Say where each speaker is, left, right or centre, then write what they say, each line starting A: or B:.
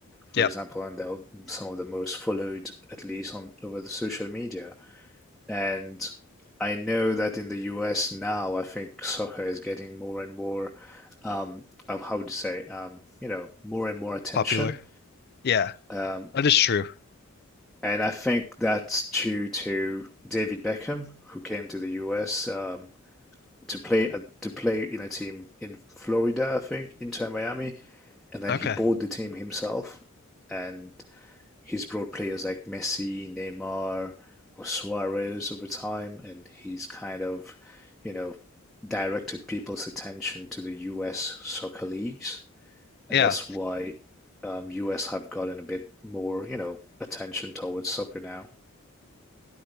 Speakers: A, in the centre; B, on the left.
A: for
B: Yep,
A: example, and they're some of the most followed, at least on over the social media. And I know that in the US now, I think soccer is getting more and more, um, uh, how would you say, um, you know, more and more attention.
B: popular. Yeah,
A: Um,
B: that is true.
A: and I think that's due to David Beckham, who came to the US um, to play uh, to play in a team in Florida, I think, Inter Miami, and then
B: Okay.
A: he bought the team himself, and he's brought players like Messi, Neymar, or Suarez over time, and he's kind of, you know, directed people's attention to the U.S. soccer leagues, and
B: Yeah,
A: that's why um, U.S. have gotten a bit more, you know, attention towards soccer now.